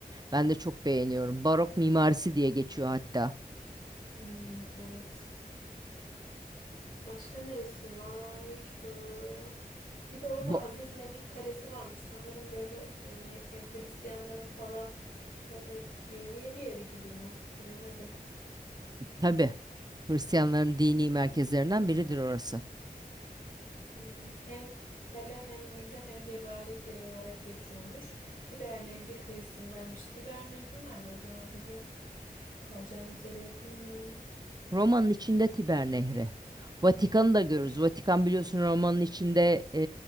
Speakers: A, on the right; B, on the left.
A: Ben de çok beğeniyorum. Barok mimarisi diye geçiyor hatta.
B: Hmm, evet. Başka neresi var? Ee, bir de orada
A: Bu,
B: Aziz Melek Kalesi varmış. Sanırım böyle e, ya Hristiyanların falan e, dini bir yeri gibi mi? Bilemedim.
A: tabii, Hristiyanların dini merkezlerinden biridir orası.
B: Hmm, Hem kale hem müze hem de ibadet yeri olarak geçiyormuş. Tiber Nehri kıyısındaymış. Tiber Nehri nerede acaba? Bizim kalacağımız yere yakın mı?
A: Roma'nın içinde Tiber Nehri. Vatikan'ı da görürüz. Vatikan biliyorsun Roma'nın içinde e,